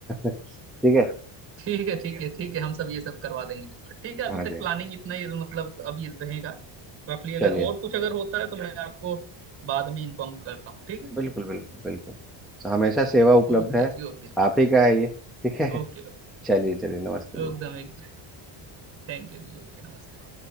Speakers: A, in the centre; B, on the right (about 30°).
A: <laughs> ठीक है
B: ठीक है ठीक है ठीक है हम सब ये सब करवा देंगे जुगाड़। ठीक है अभी
A: हाँ
B: तक
A: जी हाँ।
B: प्लानिंग इतना ही मतलब अभी रहेगा रफली अगर
A: चलिए
B: और कुछ अगर होता है तो मैं आपको बाद में इन्फॉर्म करता हूँ ठीक है
A: बिल्कुल बिल्कुल बिल्कुल हमेशा सेवा उपलब्ध
B: ओके
A: है
B: जी ओके ठीक
A: आप ही का है ये ठीक है
B: ओके
A: चलिए चलिए नमस्ते
B: ओके
A: जी
B: एकदम एकदम थैंक यू जी ओके नमस्ते